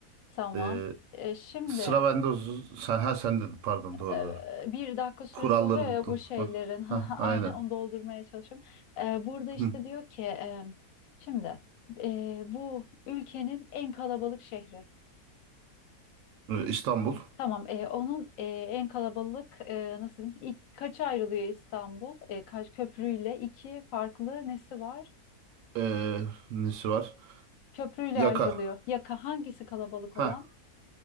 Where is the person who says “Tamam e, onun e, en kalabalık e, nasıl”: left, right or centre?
Left